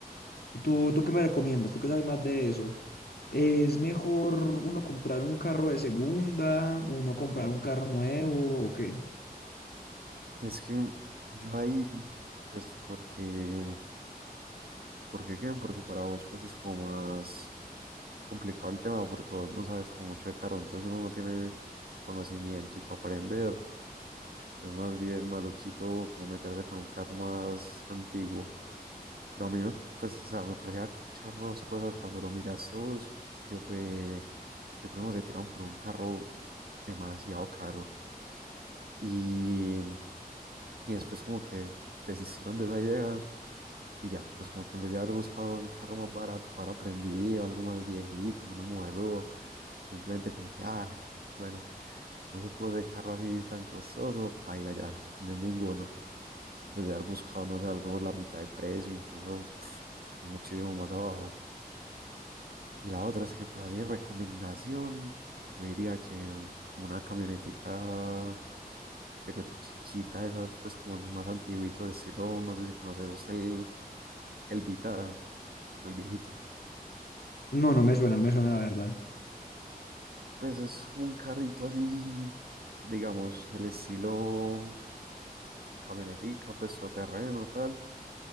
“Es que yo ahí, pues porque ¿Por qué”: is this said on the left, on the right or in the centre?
Right